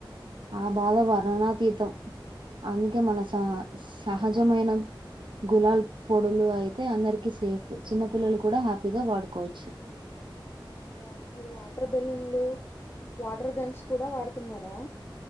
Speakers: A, on the right; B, on the left.
A: ఆ బాధ వర్ణాతీతం అందుకే మన స-సహజమైన గులాల్ పొడులు అయితే అందరికి సేఫ్ చిన్న పిల్లలు కూడా హ్యాపీగా వాడుకోవచ్చు.
B: అవునా మీరు వాటర్ బెలూన్లు వాటర్ గన్స్ కూడా వాడుతున్నారా?